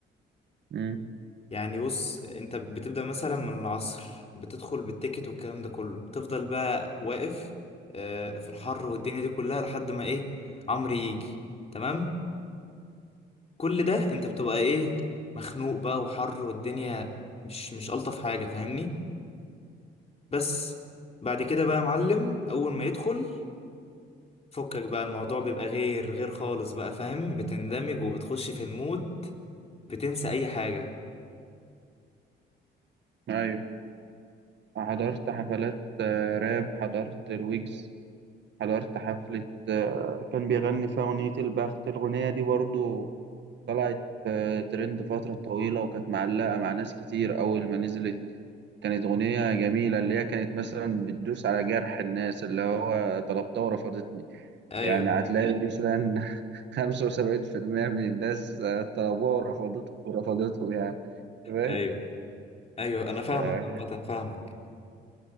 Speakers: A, on the right; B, on the left.
A: مم.
B: يعني بص انت بتبدأ مثلا من العصر بتدخل بالتيكت والكلام ده كله بتفضل بقى واقف آه، في الحر والدنيا دي كلها لحد ما ايه عمرو يجي تمام كل ده انت بتبقى ايه مخنوق بقى وحر والدنيا مش مش الطف حاجه فاهمني بس بعد كده بقى يا معلم اول ما يدخل فكك بقى الموضوع بيبقى غير غير خالص بقى فاهم بتندمج وبتخش في المود بتنسى اي حاجه
A: أيوة حضرت حفلات آه، راب حضرت الويجز حضرت حفلة آه، كان بيغني فيها أغنية البخت الأغنية دي برضو طلعت آه، ترند فترة طويلة وكانت معلقة مع ناس كتير أول ما نزلت كانت أغنية جميلة اللي هي كانت مثلا بتدوس على جرح الناس اللي هو طلبتها ورفضتني
B: ايوه
A: يعني هتلاقي مثلا <laughs> 75% من الناس آه، طلبوها ورفضته ورفضته يعني تمام
B: ايوه ايوه انا فاهمك
A: ف-
B: عامة فاهمك